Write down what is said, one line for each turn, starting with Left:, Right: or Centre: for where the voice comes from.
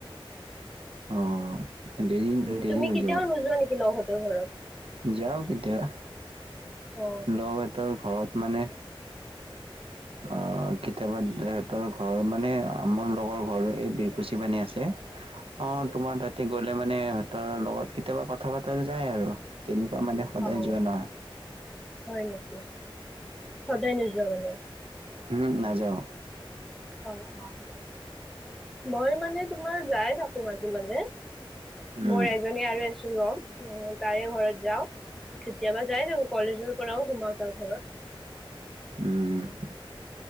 Right: অ দেৰি
Centre: উ
Right: দেৰি
Centre: তুমি
Right: হৈ
Centre: কেতিয়াও
Right: যাব।
Centre: নোযোৱা নেকি লগঁঁহতৰ ঘৰত
Right: যাওঁ কেতিয়াবা
Centre: অ
Right: লগহতৰ ঘৰত মানে আ কেতিয়াবা দে এহেতৰ ঘৰ মানে আমাৰ লগৰ ঘৰ এই বিৰকুচি পানী আছে অ তোমাৰ তাতে গলে মানে এহেতৰ লগত কেতিয়াবা কথা পতা যায় আৰু তেনুকুৱা মানে সদায়
Centre: অ
Right: যোৱা নহয়
Centre: হয় নেকি সদায় নোযোৱা মানে
Right: উম নাযাও
Centre: অ অ মই মানে তোমাৰ যাই থাকো মাজে মাজে
Right: উম,
Centre: মোৰ এজনী আৰু এজ চুৰম উম তাৰে ঘৰত যাওঁ কেতিয়াবা যাই থাকো কলেজৰ পৰাও সোমাও তাৰ ঘৰত
Right: উম